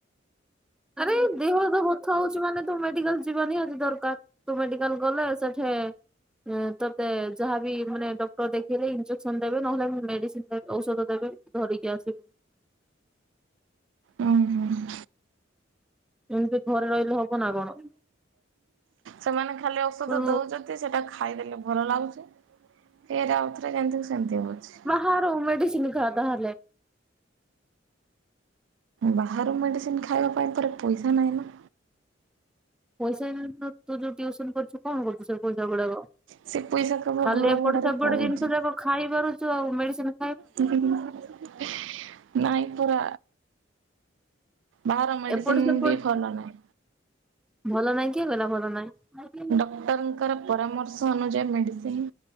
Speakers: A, in the centre; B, on the right (about 75°).
A: ଆରେ ଦେହ ହାତ ବଥା ହଉଛି ମାନେ ତୁ ମେଡିକାଲ୍ ଯିବା ନିିହାତି ଦରକାର। ତୁ ମେଡିକାଲ୍ ଗଲେ ସେଠେ ଏଁ, ତୋତେ ଯାହାବି ମାନେ ଡକ୍ଟର୍ ଦେଖେଇଲେ ଇଞ୍ଜେକ୍ସନ୍ ଦେବେ ନହେଲେ ନାଇଁ ମେଡିସିନ୍ ଦେ- ଔଷଧ ଦେବେ। ଧରିକି ଆସିବୁ।
B: ଅଁ, ହଁ।
A: ଏମତି ଘରେ ରହିଲେ ହବ ନା କଣ?
B: ସେମାନେ ଖାଲି ଔଷଧ
A: ତୁ
B: ଦଉଚନ୍ତି ସେଟା ଖାଇଦେଲେ ଭଲ ଲାଗୁଛି। ଫେରେ ଆଉଥରେ ଯେମତି କୁ ସେମତି ହଉଛି।
A: ହଁ ରୁ- ମେଡିସିନ୍ ଖାଅ ତାହେଲେ।
B: ବାହାରୁ ମେଡ଼ିସିନ୍ ଖାଇବା ପାଇଁ ପରା ପଇସା ନାହିଁ ନା।
A: ପଇସା ନାହିଁ ତ ତୁ ଯୋଉ ଟିଉସନ୍ କରୁଛୁ କଣ କରୁଛୁ ସେ ପଇସା ଗୁଡାକ?
B: ସେ ପଇସା କେବଳ
A: ଖାଲି
B: ଘର
A: ଏପଟ
B: ଭଡାରେ
A: ସେପଟ
B: ପଳଉଛି
A: ଜିନିଷ ଯାକ ଖାଇ ପାରୁଚୁ ଆଉ ମେଡ଼ିସିନ୍
B: <unintelligible> ନାଇଁ ପରା। ବାହାର ମେଡ଼ିସିନ୍
A: ଏପଟ ସେପଟ
B: ବି ଭଲ ନାହିଁ।
A: ଭଲ ନାଇଁ କିଏ କହିଲା ଭଲ ନାଇଁ?
B: ଡକ୍ଟର୍ ଙ୍କର ପରାମର୍ଶ ଅନୁଯାୟୀ ମେଡ଼ିସିନ୍